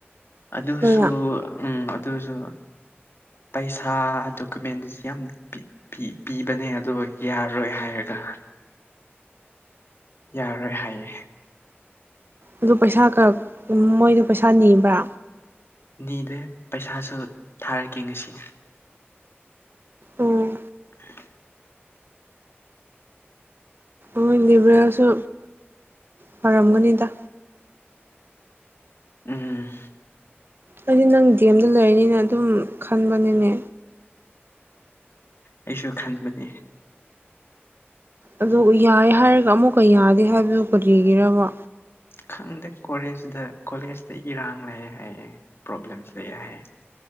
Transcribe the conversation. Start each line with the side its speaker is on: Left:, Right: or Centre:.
Left: ꯑꯗꯨꯁꯨ
Right: ꯂꯣꯏꯅ
Left: ꯎꯝ ꯑꯗꯨꯁꯨ ꯄꯩꯁꯥ ꯗꯣꯀꯨꯃꯦꯟꯁꯤ ꯌꯥꯝ ꯄꯤ ꯄꯤꯕꯅꯦ ꯑꯗꯣ ꯌꯥꯔꯔꯣꯏ ꯍꯥꯏꯔꯒ ꯌꯥꯔꯔꯣꯏ ꯍꯥꯏꯌꯦ
Right: ꯑꯗꯨ ꯄꯩꯁꯥ ꯈꯔ ꯃꯣꯏꯗꯣ ꯄꯩꯁꯥ ꯅꯤꯕ꯭ꯔꯥ
Left: ꯅꯤꯗꯦ ꯄꯩꯁꯥꯁꯨ ꯊꯥꯔꯛꯀꯦ ꯉꯁꯤ
Right: ꯑꯣꯝ
Left: ꯎ
Right: ꯃꯣꯏ ꯂꯤꯕꯔꯦꯜꯁꯨ ꯐꯔꯝꯒꯅꯤꯗ
Left: ꯎꯝ
Right: ꯑꯩꯗꯤ ꯅꯪ ꯗꯤ ꯑꯦꯝꯗ ꯂꯩꯔꯅꯤꯅ ꯑꯗꯨꯝ ꯈꯟꯕꯅꯤꯅꯦ
Left: ꯑꯩꯁꯨ ꯈꯟꯕꯅꯦ
Right: ꯑꯗ ꯌꯥꯏ ꯍꯥꯏꯔꯒ ꯑꯃꯨꯛꯀ ꯌꯥꯗꯦ ꯍꯥꯏꯕꯗꯨꯣ ꯀꯔꯤꯒꯔꯕ
Left: ꯈꯪꯗꯦ ꯀꯣꯂꯦꯖꯗ ꯀꯣꯂꯦꯖꯇ ꯏꯔꯥꯡ ꯂꯩꯦ ꯍꯥꯏꯌꯦꯦ ꯄ꯭ꯔꯣꯕ꯭ꯂꯦꯝꯁ ꯂꯩꯑꯦ ꯍꯥꯏꯌꯦꯦ ꯎ